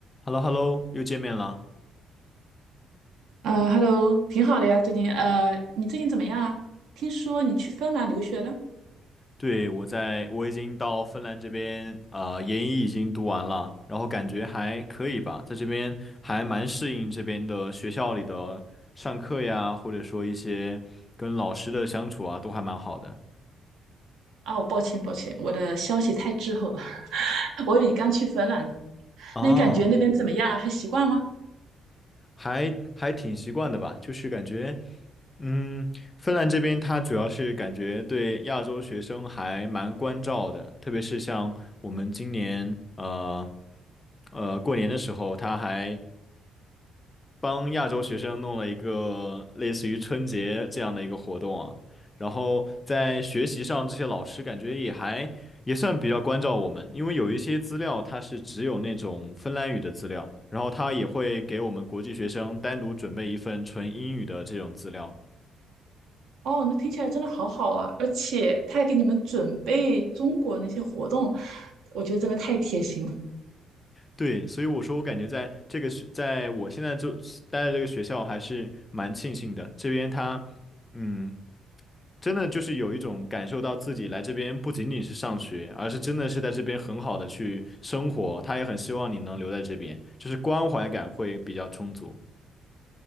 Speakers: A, on the left; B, on the right.
A: h e l l o h e l l o 又见面了。
B: 呃，Hello，挺好的呀，最近呃，你最近怎么样啊？听说你去芬兰留学了？
A: 对，我在，我已经到芬兰这边，呃，研一已经读完了，然后感觉还可以吧，在这边还蛮适应这边的学校里的上课呀，或者说一些跟老师的相处啊，都还蛮好的。
B: 哦，抱歉抱歉，我的消息太滞后了，<laughs> 我以为你刚去芬兰呢。
A: 哦，
B: 那你感觉那边怎么样啊？还习惯吗？
A: 还还挺习惯的吧，就是感觉，嗯，芬兰这边它主要是感觉对亚洲学生还蛮关照的，特别是像我们今年，呃。呃，过年的时候，他还帮亚洲学生弄了一个类似于春节这样的一个活动啊，然后在学习上，这些老师感觉也还也算比较关照我们，因为有一些资料它是只有那种芬兰语的资料，然后他也会给我们国际学生单独准备一份纯英语的这种资料。
B: 哦，那听起来真的好好啊，而且他还给你们准备中国那些活动，我觉得真的太贴心了。
A: 对，所以我说我感觉在这个学，在我现在就待的这个学校还是蛮庆幸的，这边他嗯。真的就是有一种感受到自己来这边不仅仅是上学，而是真的是在这边很好的去生活。他也很希望你能留在这边，就是关怀感会比较充足。